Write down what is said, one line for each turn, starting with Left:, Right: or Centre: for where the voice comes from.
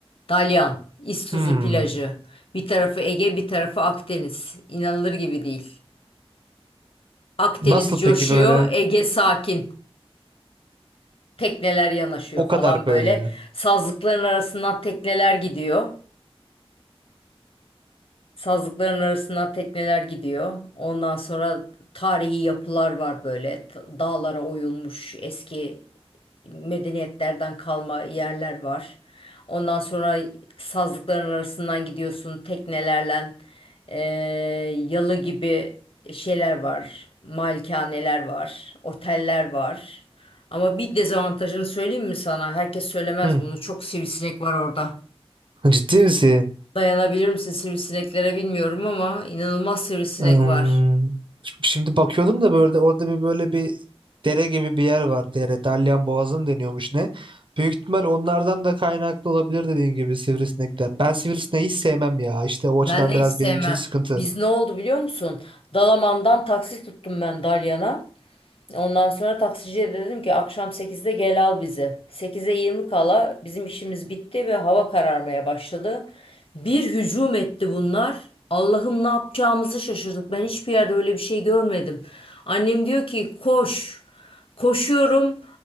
Left: Dalyan, İztuzu
Right: Hmm.
Left: plajı. Bir tarafı Ege, bir tarafı Akdeniz. İnanılır gibi değil. Akdeniz
Right: Nasıl
Left: coşuyor,
Right: peki böyle
Left: Ege sakin. tekneler yanaşıyor
Right: o kadar
Left: falan
Right: böyle?
Left: böyle. Sazlıkların arasından tekneler gidiyor. Sazlıkların arasına tekneler gidiyor. Ondan sonra tarihi yapılar var böyle. T- Dağlara oyulmuş eski medeniyetlerden kalma yerler var. Ondan sonra sazlıkların arasından gidiyorsun teknelerle. Ee, yalı gibi şeyler var. Malikaneler var. Oteller var. Ama bir dezavantajını söyleyeyim mi sana? Herkes söylemez
Right: Hmm.
Left: bunu. Çok sivrisinek var orada.
Right: Ciddi misin?
Left: Dayanabilir misin sivrisineklere bilmiyorum ama inanılmaz sivrisinek
Right: Hmm.
Left: var.
Right: Şimdi bakıyordum da böyle orada bir böyle bir dere gibi bir yer var. Dere. Dalyan Boğazı mı deniyormuş ne? Büyük ihtimal onlardan da kaynaklı olabilir dediğin gibi sivrisinekler. Ben sivrisineği hiç sevmem ya. İşte o açıdan
Left: Ben de
Right: biraz
Left: hiç sevmem.
Right: benim için sıkıntı.
Left: Biz ne oldu biliyor musun? Dalaman'dan taksi tuttum ben Dalyan'a. Ondan sonra taksiciye de dedim ki akşam sekizde gel al bizi. sekize yirmi kala bizim işimiz bitti ve hava kararmaya başladı. Bir hücum etti bunlar. Allah'ım ne yapacağımızı şaşırdık. Ben hiçbir yerde öyle bir şey görmedim. Annem diyor ki koş. Koşuyorum.